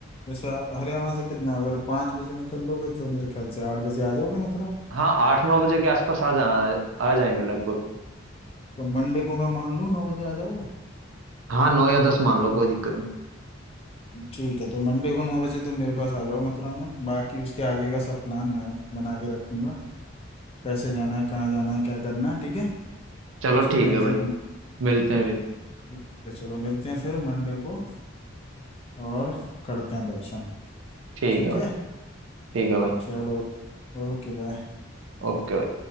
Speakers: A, on the left (about 30°); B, on the right (about 75°).
A: जैसे आप हरियाणा से कितना अगर पाँच बजे निकल लोगे तो मेरे ख्याल से आठ बजे आ जाओगे मथुरा
B: हाँ आठ नौ बजे के आसपास आ जाना आ जाएंगे लगभग
A: तो मंडे को मैं मान लूँ नौ बजे आ जाओगे
B: हाँ नौ या दस मान लो कोई दिक्कत नहीं
A: ठीक है तो मंडे को नौ बजे तुम मेरे पास आ जाओ मथुरा में बाकी उसके आगे का सब प्लान मैं बना के रखूंगा कैसे जाना है कहाँ जाना है क्या करना है ठीक है
B: चलो
A: उसकी
B: ठीक
A: टेंशन
B: है भाई
A: तुम
B: मिलते हैं फिर
A: ठीक है चलो मिलते हैं फिर मंडे को और करते हैं दर्शन
B: ठीक
A: ठीक
B: है भाई
A: है
B: ठीक है भाई
A: चलो ओके बाय
B: ओके भाई